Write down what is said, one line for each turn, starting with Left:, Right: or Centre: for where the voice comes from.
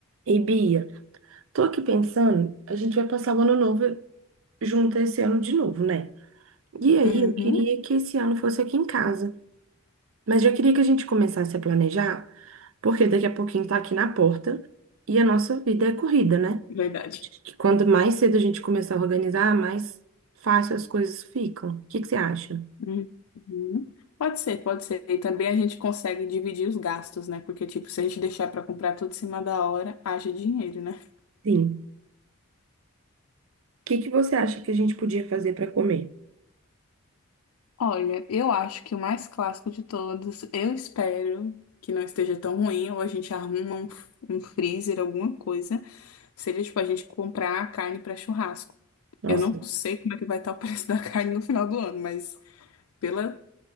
Right: E Bia, tô aqui pensando, a gente vai passar o ano novo junto esse ano de novo, né? E aí
Left: Uhum,
Right: eu queria que esse ano fosse aqui em casa, mas já queria que a gente começasse a planejar, porque daqui a pouquinho tá aqui na porta e a nossa vida é corrida, né?
Left: verdade.
Right: Acho Que Quando mais cedo a gente começar a organizar, mais fácil as coisas ficam. O que que você acha?
Left: Uhum. Pode ser, pode ser. E também a gente consegue dividir os gastos, né? Porque, tipo, se a gente deixar pra comprar tudo em cima da hora, haja dinheiro, né?
Right: Sim. O que que você acha que a gente podia fazer para comer?
Left: Olha, eu acho que o mais clássico de todos, eu espero que não esteja tão ruim, ou a gente arruma um, f- um freezer, alguma coisa, seria, tipo, a gente comprar a carne para churrasco.
Right: Nossa,
Left: Eu não sei como é que vai estar o <laughs> preço da carne no final do ano, mas pela